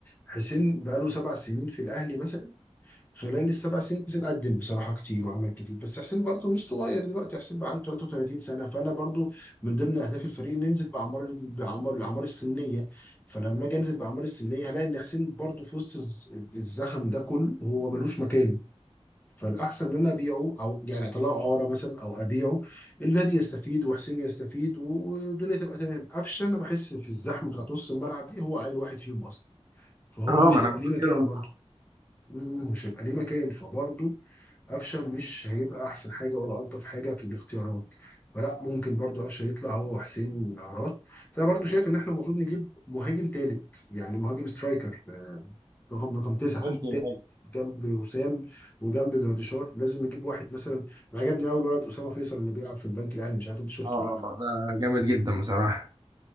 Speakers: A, on the left; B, on the right.
A: حسين بقاله سبع سنين في الأهلي مثلا خلال السبع سنين حسين قدم بصراحة كتير وعمل كتير بس حسين برضو مش صغير دلوقتي حسين بقى عنده 33 سنة فأنا برضو من ضمن أهداف الفريق إن ننزل بأعمار بأعمار الأعمار السنية فلما أجي أنزل بأعمار السنية هلاقي إن حسين برضو في وسط الز- الزخم ده كله هو ملوش مكان فالاحسن ان انا ابيعه او يعني اطلعه عاره مثلا او ابيعه النادي يستفيد وحسين يستفيد والدنيا تبقى تمام قفشه انا بحس في الزحمه بتاعت نص الملعب دي هو اقل واحد فيهم اصلا فهو
B: اه
A: مش
B: ما انا
A: هيبقى
B: كنت
A: ليه مكان
B: كده قلت
A: برضه مم، مش هيبقى ليه مكان فبرضه قفشه مش هيبقى احسن حاجه ولا الطف حاجه في الاختيارات فلا ممكن برضه قفشه يطلع هو وحسين اعراض بس انا برضه شايف ان احنا المفروض نجيب مهاجم تالت يعني مهاجم سترايكر رقم رقم تسعه
B: ممكن
A: تالت
B: برضه
A: جنب وسام وجنب جراديشار لازم نجيب واحد مثلا عجبني قوي الولد اسامه فيصل اللي بيلعب في البنك الاهلي مش عارف انت شفته
B: اه
A: ولا لا
B: آه، ده جامد جدا بصراحة